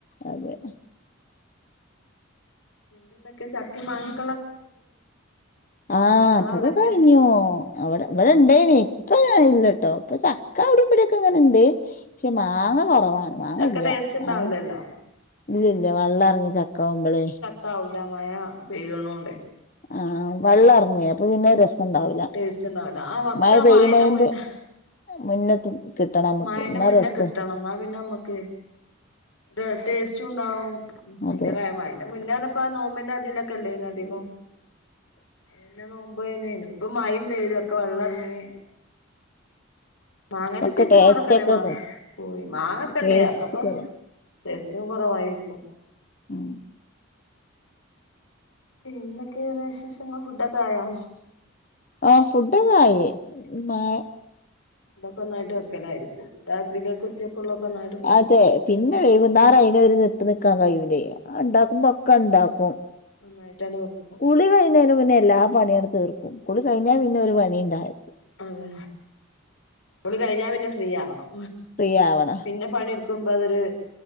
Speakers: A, on the left (about 40°); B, on the left (about 75°).
A: അതെ.
B: പിന്നെന്തൊക്കെ ചക്കിം മാങ്ങിം.
A: ആ
B: നിങ്ങളവിടൊക്കെ
A: അതൊക്കെ കയ് ഞ്ഞൂ അവിടെ ഇവിടെ ഇണ്ടേനെ ഇപ്പ ഇല്ലോട്ടോ ഇപ്പൊ ചക്ക അവിട ഇവ ടൊക്കെ ങ്ങനെ ഇണ്ട് ടേ ക്ഷെ മാങ്ങ കൊറവാണ് മാങ്ങ
B: ചക്ക
A: ഇല്ല
B: ടേസ്റ്റ് ഉണ്ടാവില്ലല്ലോ
A: മാങ്ങ. ഇല്ല ല്ല വള്ളർങ്ങ്യ ചക്കാവുമ്പളേ.
B: താവുല മയ പെയ്യുണോണ്ടെ.
A: ആഹ് വള്ളർങ്ങുയേ പ്പ ത് പിന്നെ രസണ്ടാവകല
B: ടേസ്റ്റ് ഉണ്ടാവില്ല ആ മക്ക
A: മഴ പെയ്യണെന്റെ
B: മഴന്റെ മുന്നേ
A: മുന്നത്ത്- കിട്ടണം നമുക്ക്
B: മഴന്റെ
A: എന്നാ
B: മുന്നെ
A: രസ
B: കിട്ടണം ന്നാ പിന്നമ്മക്ക്. ര ടേസ്റ്റു. ണ്ടാവും പിന്നെ
A: അത്
B: കയ മയന്റെ മുന്നേർഞ- പ്പാ നോമ്പിന്റെ അതിലൊക്കെല്ലേനധികം. പിന്നെ നോമ്പെയിൻന് ഇപ്പ മയീം പെയ്തൊക്കെ വെള്ളർ ങ്ങി മാങ്ങന്റെ
A: ഒക്കെ
B: സീസൺ
A: ടേസ്റ്റ്
B: വടക്കന്ന
A: ഒക്കെ
B: മാങ്ങ പോയി മാങ്ങക്കെണ്ടേനി
A: ടേസ്റ്റ്
B: അഒക്കപ്പൊ. ടേസ്റ്റും കൊറവായിരിക്കും.
A: ആഹ്
B: പിന്നെന്തൊക്കെയ വേറെ വിശേഷങ്ങൾ ഫുഡൊക്കായോ?
A: ആഹ് ഫുഡൊക്കായി മാഴ.
B: തൊക്കൊന്നായ്ട്ട് വെക്കലായിരിക്കും രാത്രികക്ക്. ച്ചക്കുള്ളൊക്കൊന്നായ്ട്ട്.
A: അതെ പിന്നെ വൈകുന്നേരം അയി നൊരു നിപ്പ് നിക്കാൻ കയ്യൂ ല്ലേയ് അഹ് ഉണ്ടാക്കുമ്പൊ ഒക്കെ ഉ ണ്ടാക്കും
B: നന്നായിട്ടണ്ട് വെക്കും
A: കുളി കഴിഞ്ഞതിന് മുന്നെ എല്ലാ പണിയണ്ട് തീർക്കും കുളി കഴിഞ്ഞാൽ പിന്നെ ഒരു പണീം ണ്ടാവില്ല
B: അതെ കുളി കഴിഞ്ഞാ പിന്നെ ഫ്രീ ആവണം
A: ഫ്രീയാവണം.
B: പന്നെ പണിട്ക്കുമ്പതൊര്